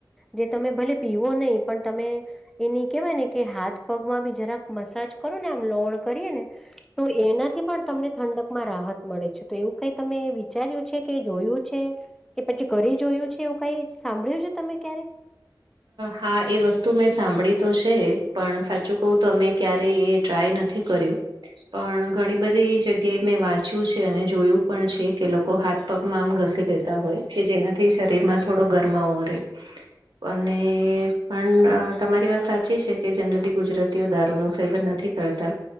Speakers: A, in the centre; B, on the right.
A: જે તમે ભલે પીવો નહી પણ તમે એની. કેવાય ને કે હાથ પગમાંબી જરાક મસાજ કરો ને આમ લોણ કરીએ ને તો એનાથી પણ તમને ઠંડકમાં રાહત મળે છે તો એવું કઈ તમે વિચાર્યું છે કે જોયું છે કે પછી કરી જોયું છે એવું કઈ સાંભળ્યું છે તમે ક્યારે?
B: હા એ વસ્તુ મેં સાંભળી તો છે પણ સાચું કહું તો અમે ક્યારેય એ ટ્રાય નથી કર્યું. પણ ઘણી બધી જગ્યાએ મેં વાંચ્યું છે અને જોયું પણ છે કે લોકો હાથ પગમાં આમ ઘસી લેતા હોય કે જેનાથી શરીરમાં થોડો ગરમાવો રે. અને પણ તમારી વાત સાચી છે કે જનરલી ગુજરાતીઓ દારૂનું સેવન નથી કરતા.